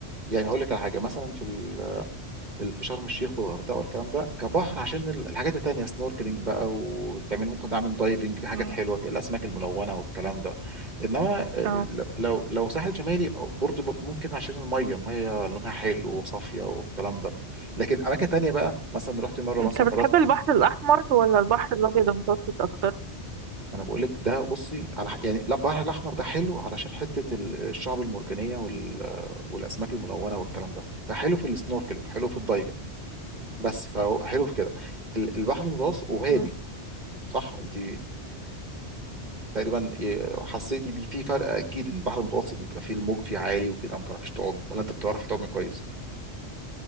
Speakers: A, on the right; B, on the right.
A: يعني هقول لك على حاجه مثلا في ال- في في شرم الشيخ والغردقه والكلام ده كبحر عشان ال- الحاجات التانيه سنوركلينج بقى وتعمل ممكن تعمل دايفنج بحاجات
B: مم.
A: حلوه في الاسماك الملونه والكلام ده انما آه،
B: اه
A: ل- لو لو ساحل شمالي أو برضه ب- ممكن عشان الميه الميه لونها حلو وصافيه والكلام ده لكن اماكن تانيه بقى مثلا رحت مره
B: انت
A: مثلا
B: بتحب البحر الاحمر ولا البحر الابيض المتوسط اكتر
A: انا بقول لك ده بصي على ح- يعني لا، البحر الاحمر ده حلو علشان حته ال- الشعب المرجانيه وال... والاسماك الملونه والكلام ده ده حلو في السنوركلينج حلو في الدايفنج بس فهو حلو في كده ال- البحر المتوسط وهادي
B: مم.
A: صح انت تقريبا إيه، حسيتي بيه في فرق اكيد ان البحر المتوسط بيبقى فيه الموج فيه عالي وكده ما بتعرفيش تعومي ولا انت بتعرفي تعومي كويس